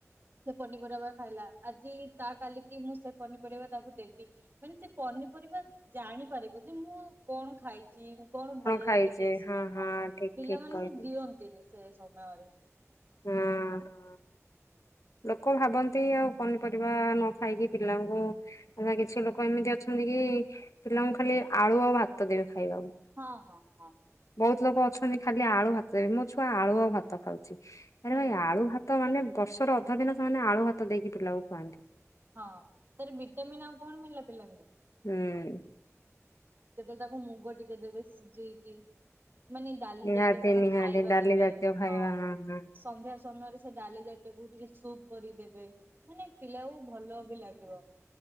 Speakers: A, on the right (about 40°); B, on the left (about 75°).
A: ସେ ପନିପରିବା ଖାଇଲା ଆଜି ତା କାଲିକି ମୁଁ ସେ ପନିପରିବା ତାକୁ ଦେବି ମାନେ ସେପନିପରିବା ଜାଣିପାରିବ ଯେ ମୁଁ କଣ ଖାଇଚି କଣ ଭଲ
B: ଖାଇଛେ
A: ଲାଗେ ଟେଷ୍ଟର ହଁ
B: ଠିକ
A: ପିଲାମାନଙ୍କୁ
B: ଠିକ କହିଲେ
A: ଦିଅନ୍ତିନି ସେ ସମୟରେ।
B: ହୁଁ ହୁଁ। ଲୋକ ଭାବନ୍ତି ଆଉ ପନିପରିବା ନଖାଇକି ପିଲାଙ୍କୁ କାଇଁ କିଛି ଲୋକ ଏମିତି ଅଛନ୍ତିକି ପିଲାଙ୍କୁ ଖାଲି ଆଳୁ ଆଉ ଭାତ ଦେବେ ଖାଇବାକୁ।
A: ହଁ ହଁ ହଁ।
B: ବହୁତ୍ ଲୋକ ଅଛନ୍ତି ଖାଲି ଆଳୁ ଭାତଦେବେ ମୋ ଛୁଆ ଆଳୁ ଆଉ ଭାତ ଖାଉଚି ଆରେ
A: ହୁଁ
B: ଭାଇ ଆଳୁ ଭାତ ତ ମାନେ ବର୍ଷର ଅଧା ଦିନ ସେମାନେ ଆଳୁ ଭାତ ଦେଇକି ପିଲାକୁ ଖୁଆନ୍ତି।
A: ହଁ ତାର ବିଟାମିନ୍ ଆଉ କଣ ମିଳିଲା ପିଲାଙ୍କୁ।
B: ହୁଁ।
A: ଯେତେବେଳେ ତାକୁ ମୁଗ ଟିକେ ଦେବେ ସିଯେଇକି ମାନେ ଡାଲି
B: ନିହାତି
A: ଜାତୀୟ କଣ
B: ନିହାତି
A: ଖାଇବା
B: ଡାଲି
A: ଦେବେ
B: ଜାତୀୟ ଖାଇବା
A: ହଁ।
B: ହଁ
A: ସନ୍ଧ୍ୟା ସମୟରେ ସେଡାଲି ଯାତୀୟକୁ ଟିକେ ସୁପ୍ କରିଦେବେ ମାନେ ପିଲାକୁ ଭଲବି ଲାଗିବ।